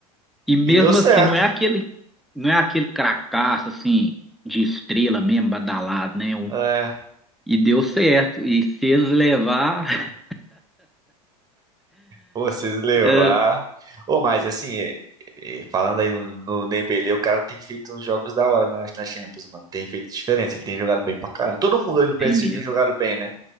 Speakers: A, in the centre; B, on the right.
A: E mesmo
B: E deu certo.
A: assim, não é aquele, não é aquele cracaço assim, de estrela mesmo, badalado, né? Um-
B: É.
A: e deu certo. E se eles levar,
B: Pô, vocês levar.
A: <laughs>
B: Ô, mas assim, é- é, falando aí no, no Dembélé, o cara tem feito uns jogos da hora na, na Champions, mano. Tem feito diferença. Ele tem jogado bem pra caramba. Todo mundo aí no PSG
A: tem mesmo.
B: tem jogado bem, né?